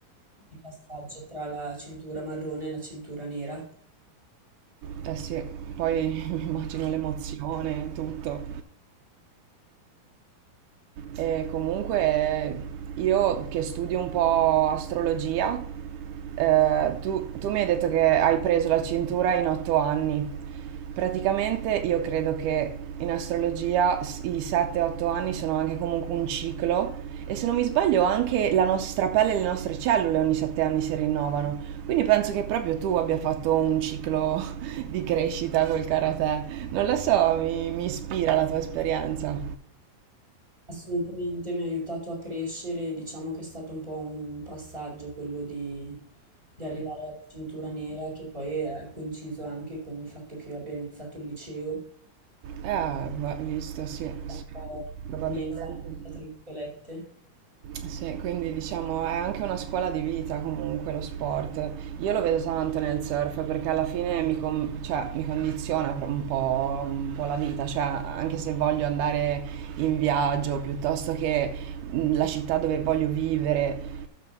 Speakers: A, on the right; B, on the right.
A: di passaggio tra la cintura marrone e la cintura nera.
B: Eh sì, poi <laughs> mi immagino l'emozione, tutto. E comunque io che studio un po' astrologia. Eh, tu, tu mi hai detto che hai preso la cintura in otto anni. Praticamente io credo che in astrologia s- i 7-8 anni sono anche comunque un ciclo e se non mi sbaglio anche la nostra pelle e le nostre cellule ogni 7 anni si rinnovano. Quindi penso che proprio tu abbia fatto un ciclo <laughs> di crescita col karate. Non lo so, mi, mi ispira la tua esperienza.
A: Assolutamente mi ha aiutato a crescere, diciamo che è stato un po' un passaggio quello di, di arrivare alla cintura nera che poi è coinciso anche con il fatto che io abbia iniziato il liceo,
B: Ah, va- visto, sì, sì.
A: un po'
B: Probabilmente.
A: la mia infanzia, tra virgolette.
B: Sì, quindi diciamo è anche una scuola di vita comunque lo sport. Io lo vedo tanto nel surf perché alla fine mi, con- cioè, mi condiziona pro- un po', un po' la vita, cioè anche se voglio andare in viaggio piuttosto che mh, la città dove voglio vivere,